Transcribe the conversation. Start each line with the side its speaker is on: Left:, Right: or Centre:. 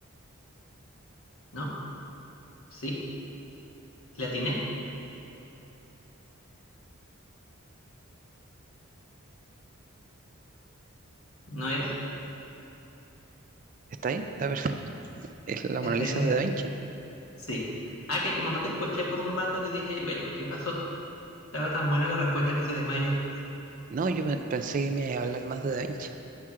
Left: ¿no? ¿Sí? ¿Le atiné? ¿No era?
Right: ¿Está bien? Está perfecto. es la
Left: <laughs>
Right: Mona Lisa de Da Vinci.
Left: Sí. Ah, que como no te escuché por un rato, yo dije, bueno, ¿qué pasó? Estaba tan buena la respuesta que se desmayó.
Right: No, yo pe- pensé que me iba a hablar más de Da Vinci.